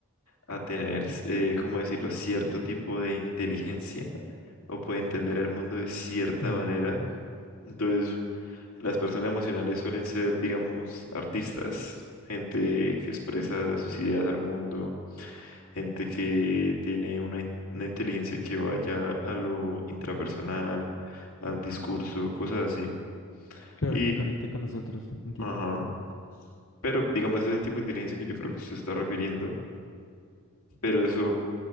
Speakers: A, on the left; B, on the left.
A: a tener, eh, ¿cómo decirlo?, cierto tipo de inteligencia o puede entender el mundo de cierta
B: claro,
A: manera. Entonces, las personas emocionales suelen ser, digamos, artistas, gente que expresa sus ideas al mundo gente que tiene una, in- una inteligencia que vaya a lo intrapersonal, al discurso, cosas así.
B: claro
A: Y,
B: que conecte con nosotros, entiendo.
A: ajá, pero digamos, ese es el tipo de inteligencia que yo creo que se está refiriendo, pero eso